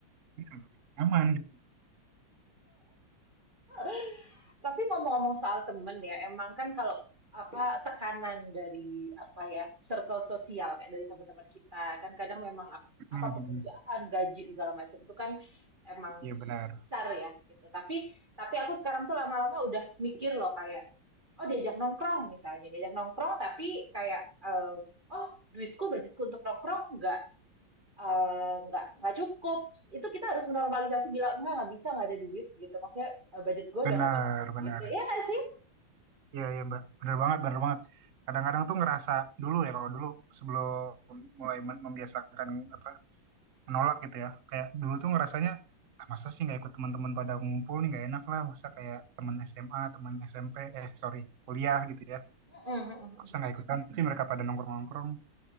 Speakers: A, on the right; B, on the right.
A: ini kan nyaman gitu
B: <laughs> Tapi ngomong-ngomong soal temen ya, emang kan kalau apa tekanan dari apa ya circle sosial kayak dari teman-teman kita kan kadang memang ap-
A: Hmm,
B: apa
A: hmm.
B: pekerjaan,
A: hmm.
B: gaji segala macam itu kan emang
A: iya benar
B: besar ya gitu. Tapi tapi aku sekarang tuh lama-lama udah mikir loh kayak oh diajak nongkrong misalnya diajak nongkrong tapi kayak eh, oh duitku budgetku untuk nongkrong nggak Eee, nggak nggak cukup, itu kita harus menormalisasi bilang, "Enggak, nggak bisa, nggak ada duit," gitu. Maksudnya, eee, "Budget gue
A: benar
B: udah nggak cukup,"
A: benar
B: gitu. ya nggak sih?
A: iya iya mbak benar banget benar banget kadang-kadang tuh ngerasa dulu ya kalau dulu sebelum mulai mem- membiasakan apa menolak gitu ya kayak dulu tuh ngerasanya ah, masa sih nggak ikut teman-teman pada ngumpul nih nggak enak lah masa kayak teman SMA teman SMP eh sorry kuliah gitu ya
B: Mhm mhm mhm.
A: masa nggak ikutan sih mereka pada nongkrong-nongkrong